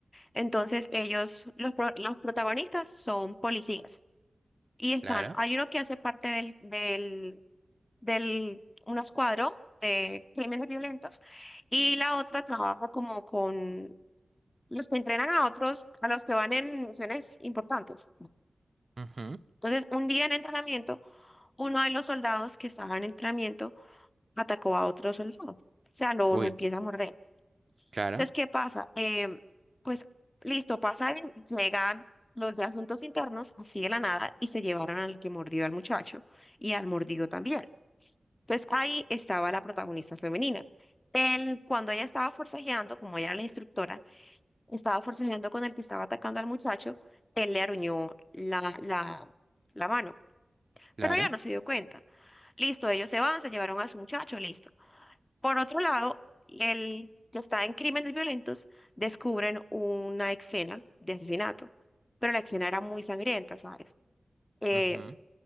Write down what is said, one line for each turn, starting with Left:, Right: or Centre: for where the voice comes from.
Left: Entonces, ellos, los, pro- los protagonistas son policías. Y están,
Right: Clara.
Left: hay uno que hace parte del, del, del, un escuadro de crímenes violentos. Y la otra trabaja como con los que entrenan a otros, a los que van en misiones importantes.
Right: ujú,
Left: Entonces, un día en entrenamiento, uno de los soldados que estaba en entrenamiento atacó a otro soldado. O sea, lo,
Right: Uy.
Left: lo empieza a morder.
Right: Clara.
Left: Entonces, ¿qué pasa? Em, pues, listo, pasa, llegan los de asuntos internos, así de la nada, y se llevaron al que mordió al muchacho y al mordido también. Entonces, ahí estaba la protagonista femenina. Él, cuando ella estaba forcejeando, como ella era la instructora, estaba forcejeando con el que estaba atacando al muchacho, él le aruñó la, la, la mano,
Right: Clara.
Left: pero ella no se dio cuenta. Listo, ellos se van, se llevaron a su muchacho, listo. Por otro lado, el que está en crímenes violentos descubren una escena de asesinato, pero la escena era muy sangrienta, ¿sabes? Eh,
Right: ujú,